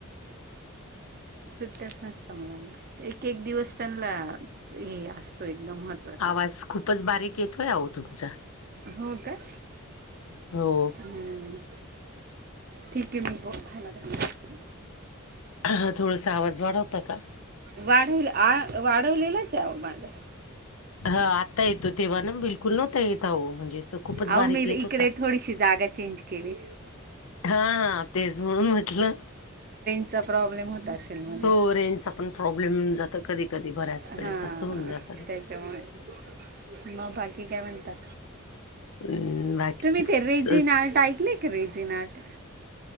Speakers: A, on the right; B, on the left.
A: सुट्ट्याच नसत मुलांना. एक एक दिवस त्यांनला हे असतो एकदम महत्त्वाचा
B: आवाज खूपच बारीक येतोय, आओ तुमचा.
A: हो का?
B: हो.
A: हम्म ठीके मी <unintelligible>
B: हा हा थोडंस आवाज वाढवता का?
A: वाढव आ वाढवलेलाचाय आओ माझा.
B: हा आता येतो. तेव्हा ना बिल <inaudible> नव्हता येत आओ, म्हणजे खूपच
A: हा
B: बारीक
A: अहो मी
B: येत
A: इकडे
B: होता.
A: थोडीशी जागा चेंज केली.
B: हा, हा तेच म्हणून म्हटलं.
A: चा प्रॉब्लेम होत असायचा.
B: हो रेंजचा पण प्रॉब्लेम होऊन जातो कधी कधी बऱ्याच वेळेस
A: हा
B: असं होऊन जातं ना
A: त्याच्यामुळे. मग बाकी काय म्हणतात
B: हं बाकी
A: तुम्ही
B: बस
A: ते रेजी आर्ट ऐकलेय का रेजी आर्ट